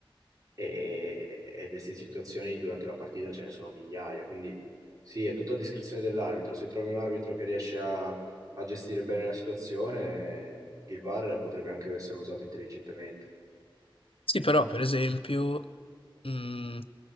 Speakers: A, on the right; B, on the left.
A: E, e queste situazioni durante la partita ce ne sono migliaia, quindi sì, è tutto a discrezione dell'arbitro. Se trovi un arbitro che riesce a a gestire bene la situazione, il VAR potrebbe anche essere usato intelligentemente.
B: Sì, però per esempio, mm,